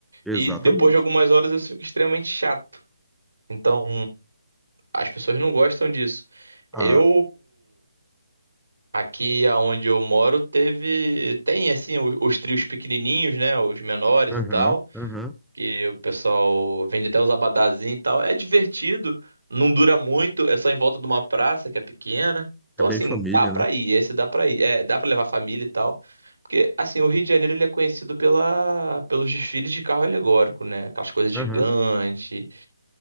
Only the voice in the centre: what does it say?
Exatamente.
Ah,
aham,
aham.
É bem
família,
né?
Aham.